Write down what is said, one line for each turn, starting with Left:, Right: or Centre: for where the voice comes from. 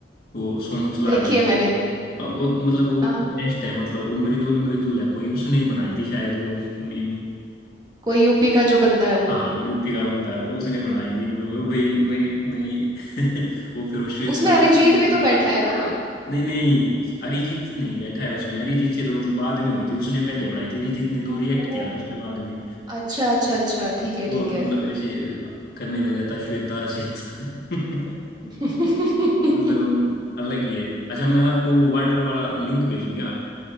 Left: वो सॉन्ग चला
Right: देखिए
Left: रहे हैं
Right: मैंने
Left: कि वो हाँ, वो मतलब वो
Right: हाँ।
Left: बेस्ट है मतलब वो मृदुल मृदुल है कोई उसने बनाई थी शायद वो मीम
Right: कोई यूपी का जो बंदा है वो
Left: हाँ यूपी का बंदा है वो उसने बनाई थी मतलब वो भाई नहीं नहीं <laughs> वो फिर वो श्वेता
Right: उसमें अरिजीत
Left: श्वेता
Right: भी तो बैठा है ना
Left: नहीं नहीं अरिजीत नहीं बैठा है उसमें अरिजीत से तो मतलब बाद में हुई थी उसने पहले बनाई थी अरिजीत ने दो रिएक्ट
Right: ओ
Left: किया था उस पे बाद में
Right: अच्छा अच्छा अच्छा ठीक है
Left: वो
Right: ठीक है
Left: मतलब ऐसे करने लग जाता है, श्वेता श्वेता <laughs>
Right: <laughs>
Left: मतलब अलग ही है अच्छा मैं आपको वाटर वाला लिंक भेजू क्या